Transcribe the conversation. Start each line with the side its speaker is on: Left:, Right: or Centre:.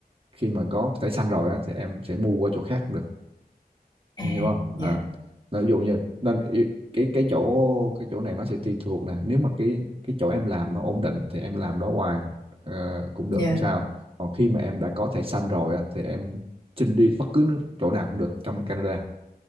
Right: khi mà có thẻ xanh rồi á, thì em sẽ mua qua chỗ khác cũng được
Left: à
Right: em hiểu không
Left: dạ
Right: À, là ví dụ như nên ý- cái cái chỗ cái chỗ này nó sẽ tùy thuộc nè nếu mà cái cái chỗ em làm nó ổn định thì em làm đó hoài ờ, cũng
Left: dạ
Right: được không sao còn khi mà em đã có thẻ xanh rồi á, thì em xin đi bất cứ nước, chỗ nào cũng được trong Canada